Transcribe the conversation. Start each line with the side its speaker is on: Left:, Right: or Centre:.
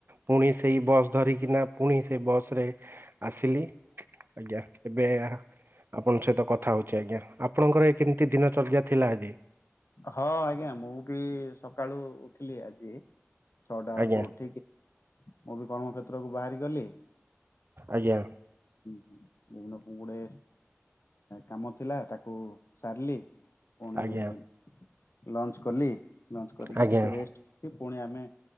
Right: ପୁଣି ସେଇ ବସ୍ ଧରିକିନା ପୁଣି ସେ ବସ ରେ ଆସିଲି। ଆଜ୍ଞା! ଏବେ ଆପଣଙ୍କ ସହିତ କଥା ହଉଛି ଆଜ୍ଞା। ଆପଣଙ୍କର ଏ କେମିତି ଦିନ ଚର୍ଯ୍ୟା ଥିଲା ଆଜି?
Left: ହଁ ଆଜ୍ଞା, ମୁଁ ବି ସକାଳୁ ଉଠିଲି ଆଜି। ଛଅଟା
Right: ଆଜ୍ଞା
Left: ଅଳକୁ ଉଠିକି, ମୁଁ ବି କର୍ମକ୍ଷେତ୍ରକୁ ବାହାରିଗଲି।
Right: ଆଜ୍ଞା।
Left: <unintelligible> ଗୁଡେ-ଏଁ କାମ ଥିଲା ତାକୁ ସାରିଲି। ପୁଣି
Right: ଆଜ୍ଞା।
Left: ଲଞ୍ଚ କଲି। ଲଞ୍ଚ କରିକି!
Right: ଆଜ୍ଞା
Left: ଟିକେରେଷ୍ଟ କି ପୁଣି ଆମେ